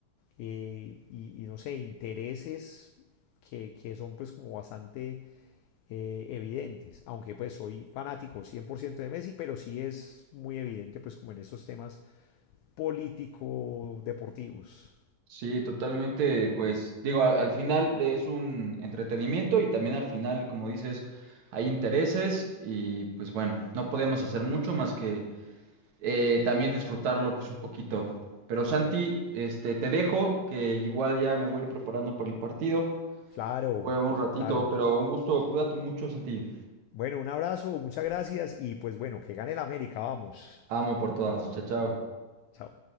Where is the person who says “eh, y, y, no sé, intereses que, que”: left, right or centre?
Left